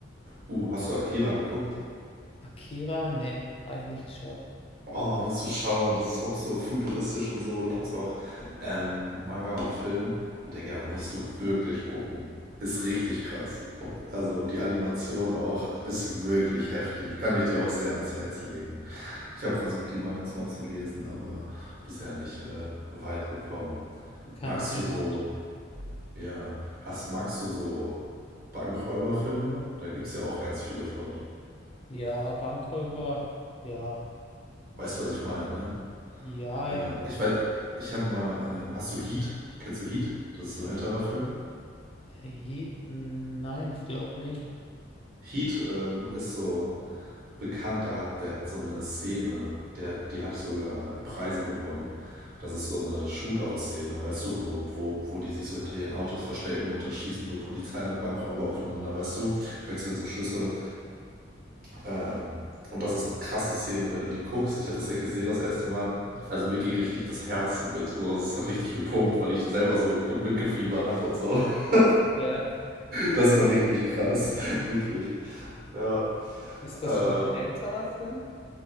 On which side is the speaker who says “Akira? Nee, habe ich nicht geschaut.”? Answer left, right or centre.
Left